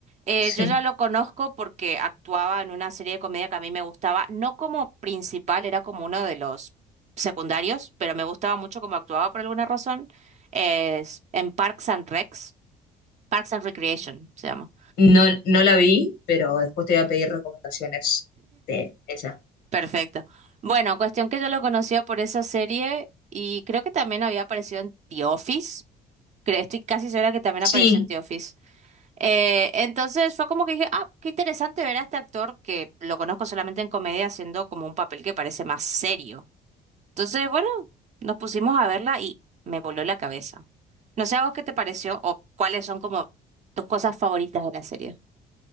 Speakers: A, on the right; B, on the left.
A: eh,
B: Sí.
A: yo ya lo conozco porque actuaba en una serie de comedia que a mí me gustaba, no como principal, era como uno de los secundarios, pero me gustaba mucho cómo actuaba por alguna razón, es en Parks and Recs, Parks and Recreation se llama.
B: No, no la vi, pero después te voy a pedir recomendaciones de esa.
A: Perfecto. Bueno, cuestión que yo lo conocía por esa serie y creo que también había aparecido en The Office. Creo, estoy casi segura que también
B: Sí,
A: apareció en The Office. Eh, entonces fue como que dije, ah, qué interesante ver a este actor que lo conozco solamente en comedia haciendo como un papel que parece más serio. Entonces, bueno, nos pusimos a verla y me voló la cabeza. No sé a vos qué te pareció o cuáles son como tus cosas favoritas de la serie.